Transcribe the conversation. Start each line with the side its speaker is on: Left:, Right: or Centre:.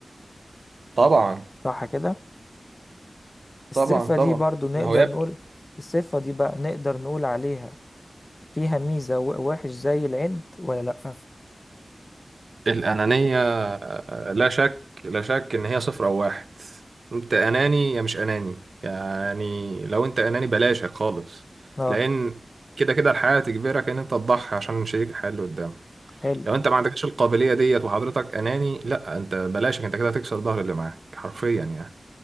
Right: طبعا
Left: صح كده الصفة
Right: طبعا
Left: دي
Right: طبعا
Left: برضو نقدر
Right: ما هو يا
Left: نقول
Right: ابني
Left: الصفة دي بقى نقدر نقول عليها فيها ميزة و- وحش زي العند ولا لأ
Right: الأنانية آه، لا شك لا شك إن هي صفر أو واحد أنت أناني يا مش أناني يعني لو أنت أناني بلاشك خالص
Left: اه
Right: لأن كده كده الحياة تجبرك إن أنت تضحي عشان شريك الحياة اللي قدامك
Left: حلو
Right: لو انت ما عندكش القابليه ديت وحضرتك اناني لا انت بلاشك انت كده هتكسر ظهر اللي معاك حرفيا يعني